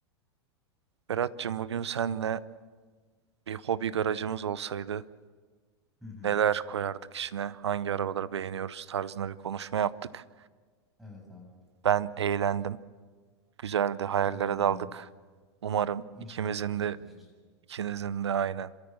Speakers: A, on the right; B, in the centre.
A: Berat'cığım bugün senle bir hobi garajımız olsaydı
B: Hı hı.
A: neler koyardık içine, hangi arabaları beğeniyoruz tarzında bir konuşma yaptık.
B: Evet abi.
A: Ben eğlendim. Güzeldi. Hayallere
B: Ben de eğlendim.
A: daldık. Umarım
B: İnşallah
A: ikimizin
B: gerçekleşir.
A: de ikinizin de aynen